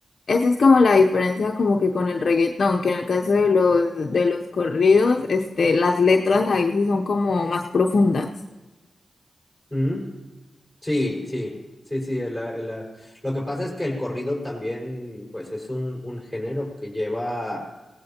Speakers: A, on the left; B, in the centre.
A: esa es como la diferencia como que con el reggaetón, que en el caso de los, de los corridos, este, las letras ahí sí son como más profundas.
B: ¿Mm? Sí, sí, sí, sí. el- el- Lo que pasa es que el corrido también, pues, es un, un género que lleva